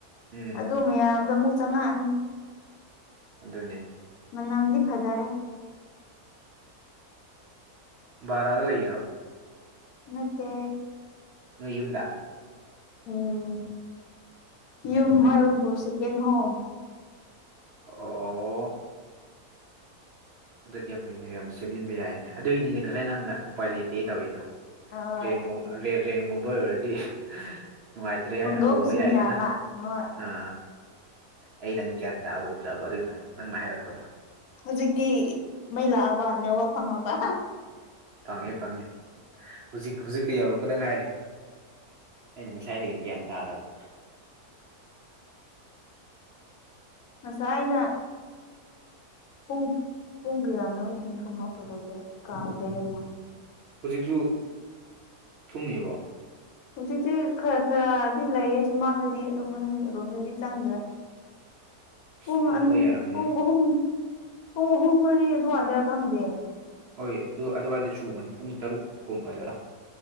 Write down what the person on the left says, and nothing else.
ꯑꯗꯨ ꯃꯌꯥꯝꯗꯣ ꯑꯃꯨꯛ ꯆꯪꯉꯛꯑꯅꯤ
ꯃ ꯅ ꯑꯃꯗꯤꯞ ꯍꯖꯥꯔꯦ
ꯃꯠꯇꯦ
ꯎꯝ ꯌꯨꯝ
ꯃꯔꯔꯕꯨꯁꯨ ꯀꯦꯩꯅ ꯍꯣ
ꯍꯣꯏ
ꯍꯣꯡꯗꯣꯛꯁꯤꯟ
ꯌꯥꯕ ꯍꯣꯏ
ꯍꯧꯖꯤꯛꯇꯤ ꯃꯩ ꯂꯥꯛꯑꯕ ꯅꯦꯠꯋꯥꯛ ꯐꯪꯉꯕ
ꯍꯁꯥꯏꯅ ꯄꯨꯡ ꯄꯨꯡ ꯀꯌꯥꯅꯣ ꯏꯁꯤꯡ ꯊꯨꯝꯂꯛꯄꯗꯨꯒ ꯀꯥꯎꯈꯦ ꯅꯅ
ꯍꯧꯖꯤꯛꯇꯤ ꯈꯔ ꯈꯔꯗꯤ ꯂꯩꯌꯦ ꯁꯨꯃꯥꯡꯗꯗꯤ ꯑꯗꯨꯗꯣꯝ ꯃꯅꯨꯡ ꯑꯣꯝꯗꯗꯤ ꯆꯪꯗ꯭ꯔꯦꯥ
ꯄꯨꯡ
ꯑ
ꯄꯨꯡ ꯑꯍꯨꯝ ꯄꯨꯡ ꯑꯍꯨꯝ ꯃꯔꯤ ꯑꯗꯨꯋꯥꯏꯗꯔ ꯈꯪꯗꯦ